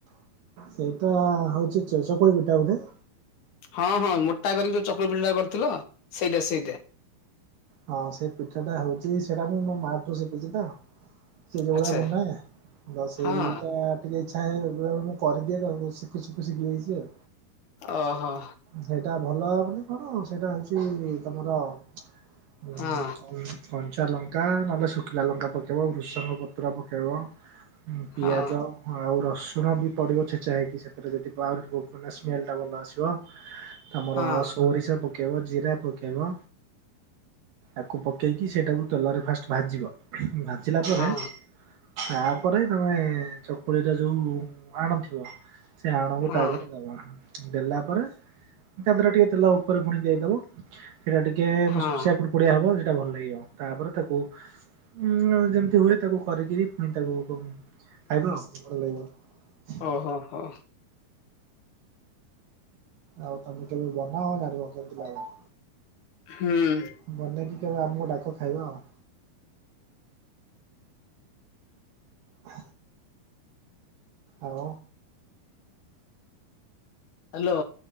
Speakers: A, on the right; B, on the left.
A: ସେଇଟା ହଉଛି ଚ-ଚକୁଳି ପିଠା ବୋଧେ
B: ହଁ ହଁ ମୋଟା କରିକି ଯୋଉ ଚକୁଳିପିଲଟା କରିଥିଲ ସେଇଟା ସେଇଟେ
A: ହଁ ସେ ପିଠାଟା ହଉଛି ସେଇଟା ମୁଁ ମୋ ମାଠୁ ଶିଖିଛି ନା ସେ ଯେଉ ଭଳିଆ
B: ଆଚ୍ଛା।
A: ବନାଏ ତ ସେଇଟା
B: ହଁ
A: ଟିକେ ଇଚ୍ଛା ହେଏଁ ବେଳେବେଳେ ମୁଁ କରିଦିଏ ତ ମୁଁ ଶିଖୁ ଶିଖୁ ଶିଖିଯାଇଛି ଆଉ
B: ଓହୋ।
A: ସେଇଟା ଭଲ ଲାଗୁନି କଣ ସେଇଟା ହଉଛି ତମର ଉ
B: ହଁ
A: କଲ କଞ୍ଚା ଲଙ୍କା ନହେଲେ ଶୁଖିଲା ଲଙ୍କା ପକେଇବ ଭୁଷଙ୍ଗ ପତ୍ର ପକେଇବ। ହୁଁ ପିଆଜ।
B: ହଁ
A: ଆଉ ରସୁଣ ବି ପଡିବ ଛେଚା ହେଇକି ସେଥିରେ ଯଦି ଆହୁରି ବ ମାନେ ସ୍ମେଲ ଟା ଭଲ ଆସିବ। ଆମର
B: ହଁ
A: ସୋରିଷ ପକେ ପକେଇବ ଜିରା ପକେଇବ ଆକୁ ପକେଇକି ସେଇଟାକୁ ତେଲରେ ଫାଷ୍ଟ ଭାଜିବ ଭାଞ୍ଚିଲା ପରେ
B: ହଁ
A: ତାପରେ ତମେ ଚକୁଳିର ଯୋଉ ଆଣଥିବ ସେ ଆଣକୁ
B: ହଁ।
A: ତାପରେ ଦବା ଦେଲା ପରେ ତ ପରେ ଟିକେ ତେଲ ଉପରେ ଗୁଣି ଦେଇଦବ ସେଇଟା ଟିକେ
B: ହଁ
A: ମୁସମୁସିଆ କୁଡ଼କୁଡିଆ ହବ। ଟା ଭଲ ଲାଗିବ ତାପରେ ତାକୁ ଉଁ ଯେମିତି ହୁଏ ତାକୁ କରିକିରି ପୁଣି ତାକୁ ଖାଇବ ଭଲ ଲାଗିବ।
B: ହଁ ହଁ
A: ଆଉ ତମେ କେମିତିଆ ନା ଆଉ ଜାଣିବ କେମିତି ଲାଗ
B: ହୁଁ।
A: ବନେଇକି କେବେ ଆମକୁ ଡାକ ଖାଇବା ଆଉ ହ। ଆଉ
B: ହ୍ୟାଲୋ।